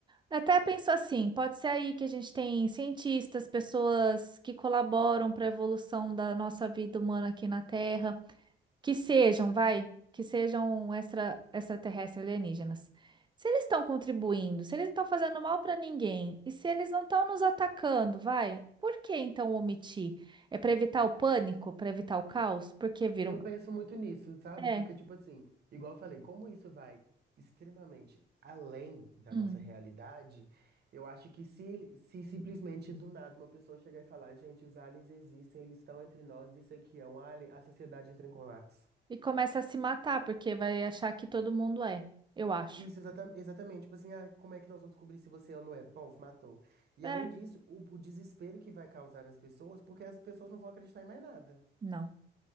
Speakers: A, on the right (about 25°); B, on the right (about 55°).
A: Até penso assim, pode ser aí que a gente tem cientistas, pessoas que colaboram para a evolução da nossa vida humana aqui na Terra. Que sejam, vai, que sejam extra, extraterrestres alienígenas. Se eles estão contribuindo, se eles não estão fazendo mal para ninguém, e se eles não estão nos atacando, vai, por que então omitir? É para evitar o pânico, para evitar o caos? Porque viram.
B: Eu penso muito nisso, sabe?
A: É.
B: Porque, tipo assim, igual eu falei, como isso vai extremamente além da
A: hum.
B: nossa realidade, eu acho que se, se simplesmente do nada uma pessoa chegar e falar, gente, os aliens existem, eles estão entre nós, isso aqui é um alien, a sociedade entra em colapso.
A: E começa a se matar, porque vai achar que todo mundo é, eu acho.
B: Isso, exata- exatamente. Tipo assim, ah, como é que nós vamos descobrir se você é ou não é? Pô, matou. E
A: É,
B: além disso, o, o desespero que vai causar nas pessoas, porque as pessoas não vão acreditar em mais nada.
A: não.